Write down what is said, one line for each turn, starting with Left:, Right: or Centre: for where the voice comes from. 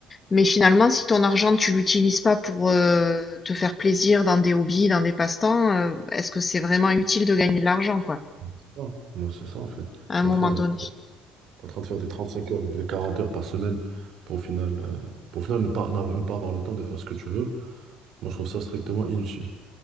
Left: Mais finalement, si ton argent, tu l'utilises pas pour euh, te faire plaisir dans des hobbies, dans des passe-temps, euh, est-ce que c'est vraiment utile de gagner de l'argent, quoi,
Right: C'est ça, Moi, c'est ça en fait. Tu
Left: à un
Right: es
Left: moment
Right: en train de,
Left: donné?
Right: t'es en train de faire des 35 heures ou des 40 heures par semaine pour au final, euh, pour au final ne pas, n'av- ne pas avoir le temps de faire ce que tu veux. Moi, je trouve ça strictement inutile.